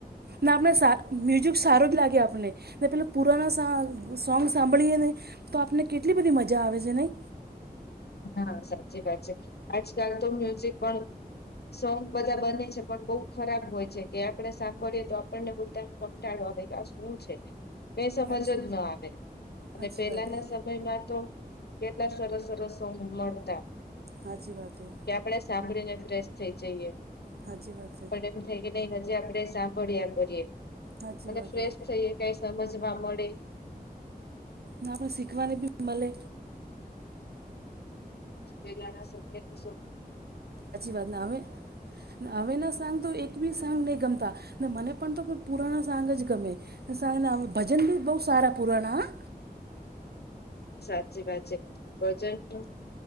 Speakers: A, on the right; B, on the left.
A: ને આપણે સા મ્યુઝિક સારો જ લાગે આપણને ને પેલા પુરાના સોંગ સાંભળીએ ને તો આપને કેટલી બધી મજા આવે છે નહી
B: હા સાચી વાત છે આજકાલ તો મ્યુઝિક પણ સોંગ બધા બને છે પણ બહુ ખરાબ હોય છે કે આપડે સાંભળએ તો આપણને કંટાળો આવે કે આ શું છે. ક સમજ
A: હાચી
B: જ ના આવે અને
A: હાચી
B: પેલાના
A: વાત હે
B: સમયમાં તો કેટલા સરસ સરસો મળતા
A: હાચી વાત હે
B: કે આપણેે સાંભળીને ફ્રેશ થઈ જઈએ
A: સાાચી વાત
B: એ થાય કે ન હજી આપડે સાંભળ્યા કરીએ
A: હાચી
B: અને
A: વાત
B: ફ્રેશ
A: હે
B: થઈએ કઈ સમજવા મળે
A: આપણે શીખવાને બી મળે
B: પલા સો
A: સાછી વાત ના હમે હવેના સાંગ તો એક બી સાંગ નહીં ગમતા ને મને પણ તો પુરાના સાંગ જ ગમે. સાંગને ભજન બી બહુ સારા પુરાણા હા.
B: સાચી વાત છે ભજન નું.